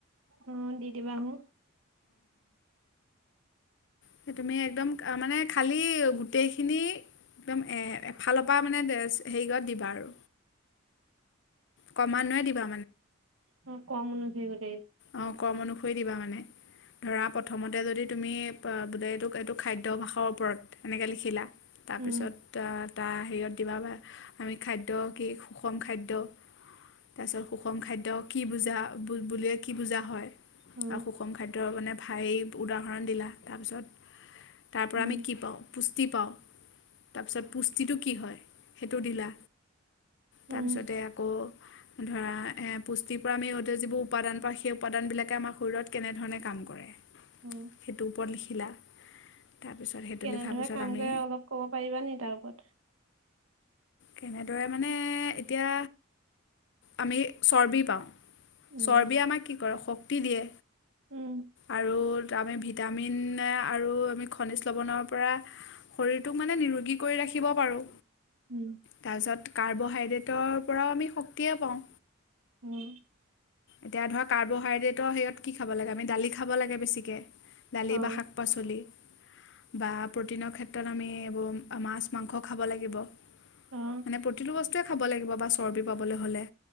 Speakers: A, on the right (about 80°); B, on the left (about 60°).
A: অ দি দিবা হু
B: সেই তুমি একদম মানে খালী গোটেইখিনি একদম এফালৰ পৰা মানে হেৰিত দিবা আৰু ক্ৰমান্বয়ে দিবা
A: অ কমন হয়
B: অ কমন থৈ দিবা মানে? ধৰা প্ৰথমতে যদি তুমি বো এইটোক এইটো খাদ্য ভাষাৰ ওপৰত এনেকে লিখিলা তাৰপিছত
A: উম
B: তাৰ হেৰিঅত দিবা আমি খাদ্য কি সুষম খাদ্য তাৰপিছত সুষম খাদ্য কি বুজা বুলিয়ে। কি বুজা হয়
A: অ
B: আৰু সুষম খাদ্য মানে ভাই উদাহৰণ দিলা। তাৰপিছত তাৰ পৰা
A: উম
B: আমি কি পাওঁ? পুষ্টি পাওঁ তাৰপিছত পুষ্টি তিটো কি হয় সেইটো দিলা
A: উম
B: তাৰপিছতে আকৌ ধৰা এ পুষ্টি পৰা আমি যিবোৰ উৰ্পাদান সেই উপাদান বিলাকে আমাৰ শৰীৰত কেনেধৰণে কাম কৰে সেইটো
A: অ
B: ওপৰত লিখি লিখিলা তাৰপিছত সেইটো
A: কেনেদৰে
B: লিখাৰ পিছত
A: কাম
B: আমি
A: কৰে অলপ ক'ব পাৰিবা নিে তাৰ ওপৰত?
B: কেনেদৰে মানে এতিয়া আমি চৰ্বি পাওঁ।
A: উম
B: চৰ্বি আমাক কি ধৰা শক্তি দিয়ে।
A: উম
B: আৰু আমি ভিটামিন আৰু আমি খনিজ লৱণৰ পৰা শৰীৰটোক মানে নিৰোগী কৰি ৰাখিব পাৰোঁ।
A: উম
B: তাৰপিছত কাৰ্বহাইড্ৰেটৰ পৰাও আমি শক্তিয়ে পাওঁ
A: উম
B: এতিয়া ধৰক কাৰব ফ্ৰাইডেটৰ হেৰিয়ত কি খাব লাগে আমি দালি খাব লাগে বেছিকে দালি
A: অ
B: বা শাক পাচলি বা প্ৰটিনৰ ক্ষেত্ৰত আমি এইবোৰ মাছ মাংস খাব লাগিব মানে
A: অ
B: প্ৰতিটো বস্তু খাব লাগিব বা চৰ্বি পাবলৈ হ'লে